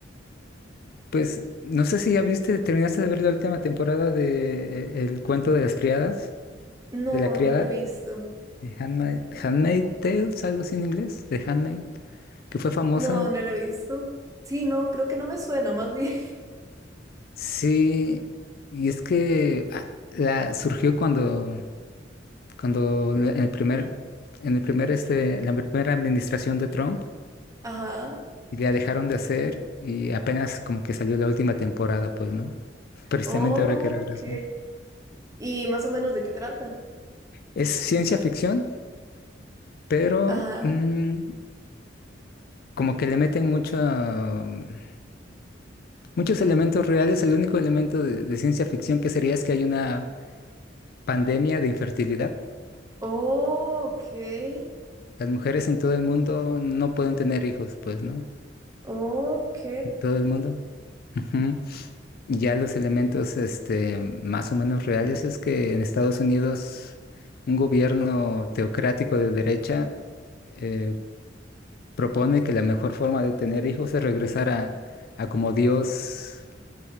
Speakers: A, on the left (about 55°); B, on the right (about 20°).
A: Pues no sé si ya viste, terminaste de ver la última temporada de eh, El cuento de las criadas,
B: No,
A: de la criada,
B: no lo he visto.
A: de Handmaid, Handmaid Tales, algo así en inglés, de Handmaid, que fue famosa.
B: No, no lo he visto. Sí, no, creo que no me suena, más bien.
A: Sí, y es que ah, la surgió cuando, cuando la- en el primer, en el primer este, en la primera administración de Trump,
B: <laughs> Ajá.
A: y la dejaron de hacer, y apenas como que salió la última temporada, pues, ¿no? Precisamente
B: Ok.
A: ahora que regresó.
B: ¿Y más o menos de qué trata?
A: Es ciencia ficción, pero
B: Ajá.
A: mm, como que le meten mucha, mm, muchos elementos reales. El único elemento de, de ciencia ficción que sería es que hay una pandemia de infertilidad.
B: Oh, ok.
A: Las mujeres en todo el mundo no pueden tener hijos, pues, ¿no?
B: Ok.
A: En todo el mundo. Ujú. Y Ya los elementos, este, más o menos reales es que en Estados Unidos un gobierno teocrático de derecha eh, propone que la mejor forma de tener hijos es regresar a, a como Dios